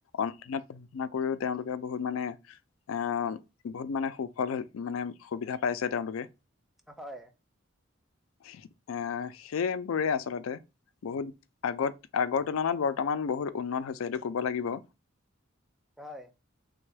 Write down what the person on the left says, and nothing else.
অনলাইনত পঢ়াশুনা কৰিও তেওঁলোকে বহুত মানে এএএ বহুত মানে সুফল মানে সুবিধা পায় পাইছে তেওঁলোকে
সিইই ইত্ এহ সেইবোৰেই আচলতে বহুত আগত আগৰ তুলনাত বৰ্তমান বহুত উন্নত হৈছে এইটো কব লাগিব।